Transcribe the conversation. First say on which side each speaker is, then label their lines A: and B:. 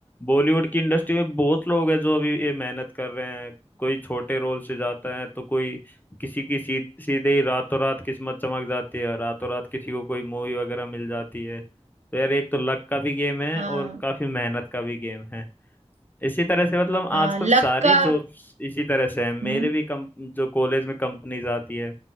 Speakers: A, on the left (about 15°); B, on the right (about 80°).
A: बॉलीवुड की इंडस्ट्री में बहुत लोग हैं जो अभी ये मेहनत कर रहे हैं कोई छोटे रोल से जाता है तो कोई किसी की सी, सीधे ही रातों रात किस्मत चमक जाती है रातों रात किसी को कोई मूवी वगैरह मिल जाती है तो यार एक तो लक का भी गेम है
B: हाँ
A: और काफी मेहनत का भी गेम है इसी तरह से मतलब आजकल
B: हाँ लक
A: सारी
B: का
A: जॉब्स इसी तरह से है मेरे
B: हम्म
A: भी कम जो कॉलेज में कंपनीज आती है